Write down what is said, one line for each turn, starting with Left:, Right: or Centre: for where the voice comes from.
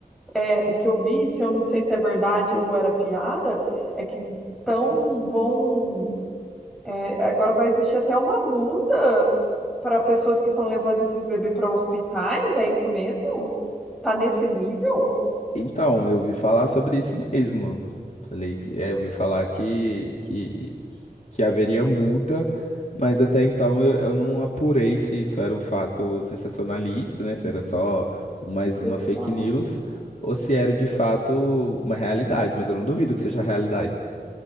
Centre: é, o que eu vi, se eu não sei se é verdade ou era piada, é que tão, vão. é, agora vai existir até uma multa para pessoas que estão levando esses bebês para hospitais, é isso mesmo? Tá nesse nível?
Left: Então, eu ouvi falar sobre isso mesmo. Falei que é, eu ouvi falar que, que, que haveria multa, mas até então eu, eu não apurei se isso era um fato sensacionalista, né? Se era só mais uma
Centre: Os-
Left: fake
Centre: ah,
Left: news ou se era de fato uma realidade, mas eu não duvido que seja realidade.